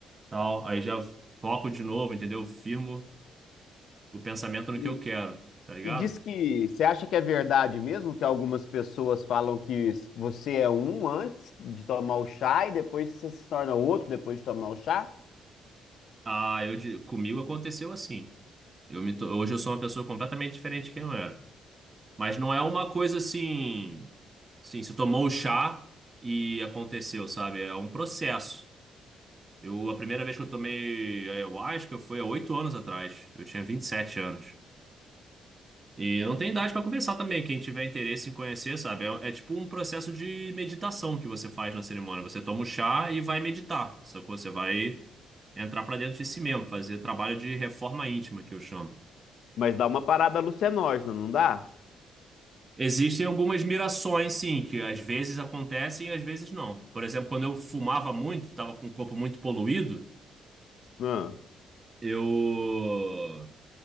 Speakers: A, on the right; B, on the left.
A: tal. Aí já foco de novo, entendeu? Firmo o pensamento no
B: E,
A: que eu quero, tá ligado?
B: e diz que você acha que é verdade mesmo que algumas pessoas falam que s- você é um antes de tomar o chá e depois você se torna outro depois de tomar o chá?
A: Ah, eu di- comigo aconteceu assim. Eu me to- Hoje eu sou uma pessoa completamente diferente de quem eu era. Mas não é uma coisa assim, sim, se tomou o chá e aconteceu, sabe? É um processo. Eu, a primeira vez que eu tomei ayahuasca foi há oito anos atrás. Eu tinha 27 anos. E não tem idade para começar também. Quem tiver interesse em conhecer, sabe? É, é tipo um processo de meditação que você faz na cerimônia. Você toma um chá e vai meditar. Só que você vai entrar para dentro de si mesmo, fazer trabalho de reforma íntima, que eu chamo.
B: mas dá uma parada alucinógena, não dá?
A: Existem algumas mirações, sim, que às vezes acontecem e às vezes não. Por exemplo, quando eu fumava muito, estava com o corpo muito poluído,
B: Ah,
A: eu